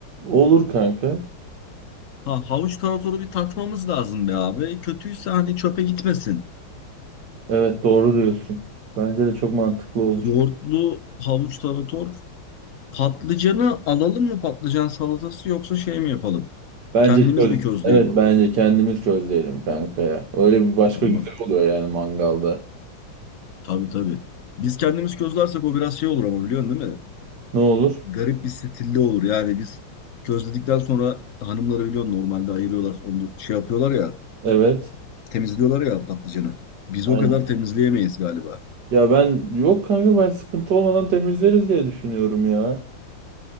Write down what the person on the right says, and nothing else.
Olur kanka.
Evet doğru diyorsun. Bence de çok mantıklı olur.
Bence
çöz.
Evet bence kendimiz közleyelim kanka ya. Öyle bir başka
güzel oluyor yani mangalda.
Ne olur?
Evet.
Aynen.
Ya ben yok kanka ben sıkıntı olmadan temizleriz diye düşünüyorum ya.